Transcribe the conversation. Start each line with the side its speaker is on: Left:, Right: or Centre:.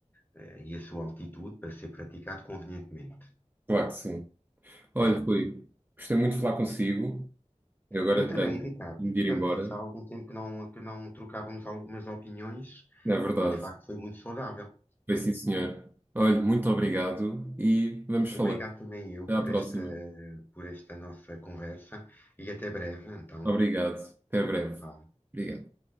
Left: eh, e a sua altitude para ser praticado convenientemente.
Right: Claro que sim. Olha,
Left: É.
Right: Rui, gostei muito de falar consigo. Eu agora
Left: Eu também,
Right: tenho
Left: Ricardo,
Right: de
Left: tu
Right: ir
Left: também,
Right: embora.
Left: já há algum tempo que não, que não trocávamos algumas opiniões
Right: Não é verdade.
Left: e de facto foi muito saudável.
Right: Foi sim, senhor. olhe muito obrigado
Left: é.
Right: e vamos
Left: Obrigado
Right: falando.
Left: também eu
Right: Até
Left: por
Right: à próxima.
Left: esta, por esta nossa conversa e até breve, então.
Right: Obrigado. Até breve.
Left: Vá.
Right: Obrigado.